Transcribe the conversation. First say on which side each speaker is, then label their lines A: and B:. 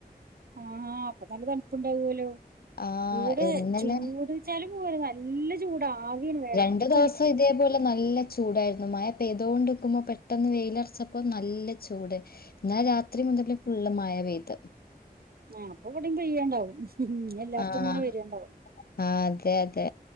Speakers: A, on the right; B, on the left.
A: ആഹ് അപ്പൊ നല്ല തണുപ്പുണ്ടാവോലോ.
B: ആ
A: ഇവിടെ
B: ഇന്നലെ
A: ചൂട്. ചാലും പോര നല്ല ചൂട. ആവിയാണ് വെയർത്തൊലിക്ക്ണ്.
B: രണ്ടു ദിവസം ഇതേപോലെ നല്ല ചൂടായിരുന്നു. മഴ പെയ്തോണ്ട് ഇക്കുമ്പോ പെട്ടെന്ന് വെയിലറച്ചപ്പം നല്ല ചൂട്. എന്നാൽ രാത്രി
A: ആഹ്
B: മുതൽ ഫുള്ള് മഴ പെയ്ത്
A: ആ അപ്പൊ ഇവിടെപെയ്യണ്ടാവും. ഇഞ്ഞ് എല്ലായിട്ത്തും
B: ആഹ്
A: ഇങ്ങനെ വര്വ ഇണ്ടാവും.
B: ആഹ് അതെ അതെ